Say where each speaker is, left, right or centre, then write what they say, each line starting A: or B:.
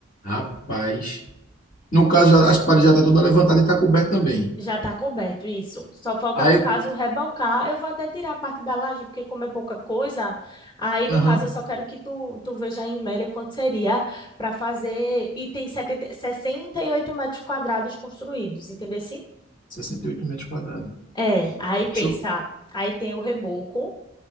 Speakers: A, on the left (about 40°); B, on the left (about 20°).
A: Rapaz. No caso, já- as paredes já estão toda levantada e está coberto também.
B: Já está coberto, isso. Só falta,
A: Aí,
B: no caso, rebocar Eu vou até tirar a parte da laje, porque como é pouca coisa, aí, no
A: aham,
B: caso, eu só quero que tu, tu veja em média quanto seria para fazer... E tem setenta sessenta e oito metros quadrados construídos, entendeu? sim?
A: 68 metros quadrados.
B: É, aí pensa,
A: Deixa eu,
B: aí tem o reboco,